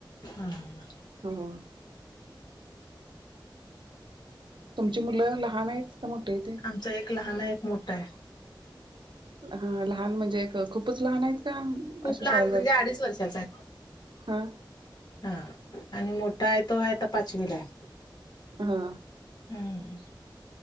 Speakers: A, on the left (about 55°); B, on the right (about 70°).
A: हा.
B: हम्म. तुमची मुलं लहान आहेत का मोठे आहे तेे?
A: आमचा एक लहान एक मोठा आहे.
B: हा लहान म्हणजे खूपच लहान आहेत का?
A: खूप
B: अशी
A: लहान
B: शाळेला
A: म्हणजे
B: जातात?
A: अडीच वर्षाचा आहे तो.
B: हा
A: हा आणि मोठा आहे तो आहे आता पाचवीला.
B: हा.
A: हम्.